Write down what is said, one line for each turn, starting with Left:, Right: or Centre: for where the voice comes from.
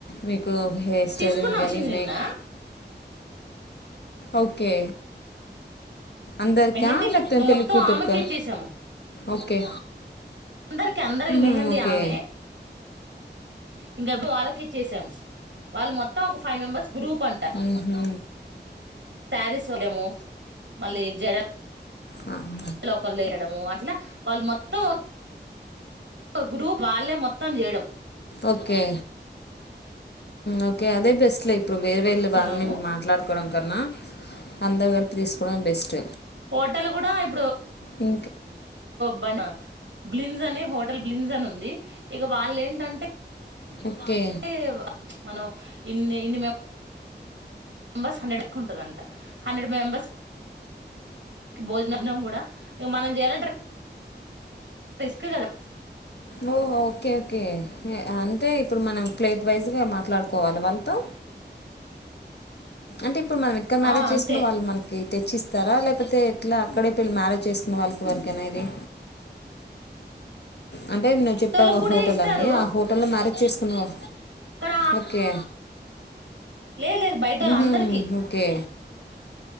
Left: మీకు హెయిర్ స్టైలింగ్
Right: తీసుకున్నాం
Left: గని
Right: వచ్చింది
Left: మేక్
Right: నిన్న
Left: ఓకే అందరికా
Right: మెహెంది ఫ
Left: లేకపోతే
Right: ఇగ
Left: పెళ్ళి
Right: మొత్తం
Left: కూతురుకా
Right: ఆమెకి ఇచ్చేశాము
Left: ఓకే
Right: అందరికి అందరికి
Left: ఉహు
Right: మెహందీ
Left: ఓకే
Right: ఆమె ఇంకాప్పు వాళ్ళకిచ్చేసామ్ వాళ్ళు మొత్తం ఒక ఫైవ్ మెంబర్స్ గ్రూప్ అంట
Left: ఉహు
Right: ప్యారిసోడియాము మళ్ళీ జడ
Left: ఆ <inaudible>
Right: లోకల్లో వేయడము అట్లా వాళ్ళు మొత్తం గ్రూప్ వాళ్ళే మొత్తం చేయడం
Left: ఓకే ఓకే అదే బెస్ట్ ైఫ్ ఇప్పుడు వేరె వేళ్ళ <unintelligible>
Right: కున్నాము
Left: వాళ్ళని మాట్లాడుకోవడం కన్నా అంత కలిపి తీసుకోవడం బెస్ట్
Right: హోటల్ కూడా ఇప్పుడు
Left: ఇ
Right: బానా బ్లిన్స్నే హో బ్లిన్జన్ అని ఉంది ఇక వాళ్ళు ఏంటంటే
Left: ఓకే
Right: ఏ మనం ఇన్ని ఇన్ని మ మెంబర్స్ హండ్రెడ్ ఎ ఉంటుందంట హండ్రెడ్ మెంబర్స్ భోజనన్నం కూడా ఇగ మనం చేయాలంటే రిస్క్ కదా
Left: ఓ ఓకే ఓకే అంటే ఇప్పుడు మనం ప్లేట్ వైజ్గా మాట్లాడుకోవాలి వాళ్ళతో అంతే ప్పుడు మనం ఎక్కడ మ్యారేజ్
Right: ఆ అంతే
Left: చేసుకున్న వాళ్ళు మనకి తే చర్చ్చిస్తారా లేకపోతే ఎట్లా అక్కడే పెళ్ళి మ్యారేజ్ చేసుకున్న వాళ్ళకి వరకేనా ఇది అంటే న్వు చెప్పా
Right: వాళ్ళకి
Left: ఒక
Right: కూడా
Left: హోటల్
Right: ఇస్తారు
Left: అని ఆ హోటల్ లో మ్యారేజ్ చేసు పకును
Right: ఇక్కడ
Left: ఓకే
Right: లేదు లేదు బయట వాళ్ళు
Left: ఉహు
Right: అందరికీ
Left: ఓకే